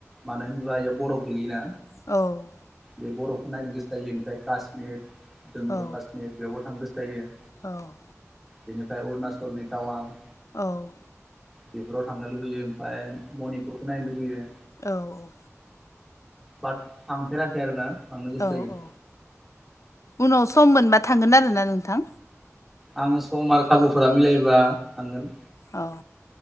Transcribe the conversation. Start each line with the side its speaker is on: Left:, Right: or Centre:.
Centre: मानो होनोब्ला जयाव बरफ गोलैयोना।
Left: औ
Centre: बे बर'खौ नायनो गोसो जायो ओमफ्राय काश्मिर जम्मु
Left: औ
Centre: काश्मीिर बेयावबो थांनो गोसो जायो।
Left: औ
Centre: बेनिफ्राय अरुणाचलनि टाउान।
Left: औ
Centre: बेफोराव थांनो लुगैयो ओमफ्राय मनिपुरखौो नायनो लुगैयो।
Left: औ औ
Centre: बाद थांफेराखै आरोना थांनो गोसो
Left: औ
Centre: जायो
Left: औ उनाव सम मोनबा थांगोन आरोना नोंथां।
Centre: आङो सम आरो खाबुफोरा मिलायब थांगोन।
Left: औ